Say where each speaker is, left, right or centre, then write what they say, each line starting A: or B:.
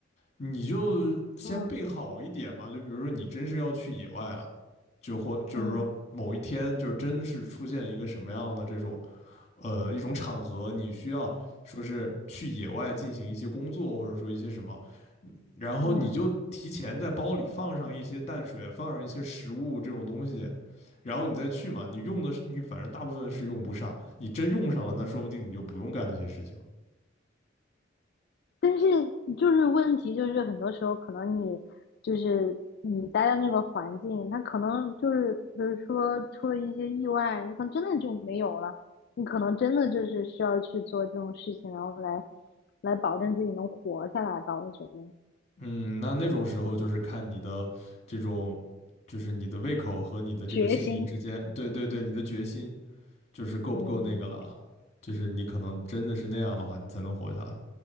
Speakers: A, on the left (about 35°); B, on the left (about 55°).
A: 你就先备好一点嘛。
B: <laughs> 嗯
A: 就比如说你真是要去野外了，就或就是说某一天就是真是出现一个什么样的这种
B: 嗯
A: 呃一种场合，你需要说是去野外进行一些工作，或者说一些什么，然后你就提前在包里放上一些淡水，
B: 嗯。
A: 放上一些食物这种东西，然后你再去嘛。你用的是你反正大部分是用不上，你真用上了，那说不定你就不用干那些事情了。
B: 但是就是问题就是很多时候可能你就是你待的那个环境，它可能就是比如说出了一些意外，你可能真的就没有了，你可能真的就是需要去做这种事情，然后来来保证自己能活下来吧。我觉得
A: 嗯，那那种时候就是看你的这种，就是你的胃口和你的这个性命之间，
B: 决心，
A: 对对对，你的决心就是够不够那个了啊就是你可能真的是那样的话，
B: 嗯，
A: 你才能活下来。